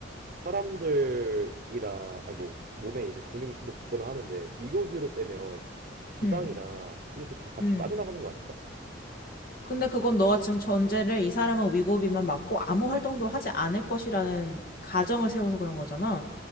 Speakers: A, on the right; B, on the left.
A: 사람들이랑 아니 뭐 몸에 이제 근육이 좀 더 붙거나 하는데 위고비로 빼면 지방이랑
B: 음,
A: 근육도 다 같이
B: 음.
A: 빠져나가는 거 아닐까?
B: 근데 그건 너가 지금 전제를 이 사람은 위고비만 맞고 아무 활동도 하지 않을 것이라는 가정을 세워서 그런 거잖아.